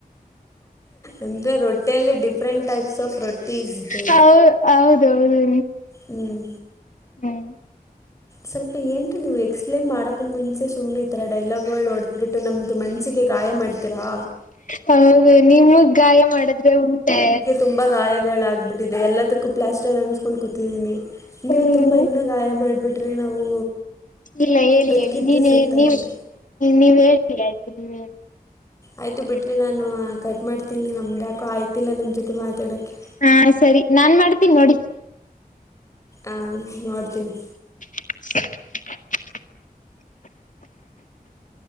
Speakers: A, on the left; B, on the left.
A: ಅಂದ್ರೆ ರೊಟ್ಟಿಯಲ್ಲಿ ಡಿಫ್ರೆಂಟ್ ಟೈಪ್ಸ್ ಆಫ್ ರೊಟ್ಟಿಸ್ ಇದೆ.
B: ಹೌ ಹೌದೌದು
A: ಹ್ಮ್
B: ಹ್ಮ್
A: ಸ್ವಲ್ಪ ಏನ್ರೀ ನೀವು ಎಕ್ಸ್ಪ್ಲೇನ್ ಮಾಡ. <unintelligible> ಮುಂಚೆ ಸುಮ್ನೆ ಈ ತರ ಡೈಲಾಗ್ ಗಳು ಓಡದ್ಬಿಟ್ಟು ನಮ್ದು ಮನ್ಸ್ಸಿಗೆ ಗಾಯ ಮಾಡ್ತೀರಾ.
B: ಹೌದು ನಿಮಗೆ ಗಾಯ ಮಾಡಿದ್ರೆ ಉಂಟೆ.
A: ತುಂಬಾ ಗಾಯಗಳಾಗ್ಬಿಟ್ಟಿದೆ ಎಲ್ಲದಕ್ಕೂ ಪ್ಲಾಸ್ಟರ್ ಅನ್ಸಸ್ಕೊಂಡು ಕುೂತಿದ್ದೀನಿ. ನೀವು
B: ಹ್ಮ್
A: ತುಂಬಾ ಇನ್ನುೂ ಗಾಯ ಮಾಡಬಿಟ್ರೆ ನಾವು.
B: ಇಲ್ಲ ಹೇಳಿ
A: ಬದುಕಿದ್ದು
B: ಹೇಳಿ ನೀನ್
A: ಸತ್ತಾಗೆ
B: ನೀವ ನೀವ ಹೇಳಿಲ್ಲ ಆಯ್ತು ನೀವ್ ಹೇಳಿ.
A: ಆಯ್ತು ಬಿಡ್ರಿ ನಾನು ಕಟ್ ಮಾಡ್ತೀನಿ ನಮ್ಗೆ ಯಾಕೋ ಆಯ್ತಿಲ್ಲ ನಿಮ್ ಜೊತೆ ಮಾತಾಡಕ್ಕೆ.
B: ಹಾ ಸರಿ ನಾನ್ ಮಾಡ್ತೀನಿ ನೋಡಿ.
A: ಆ ನೋಡ್ತೀನಿ.
B: <inaudible>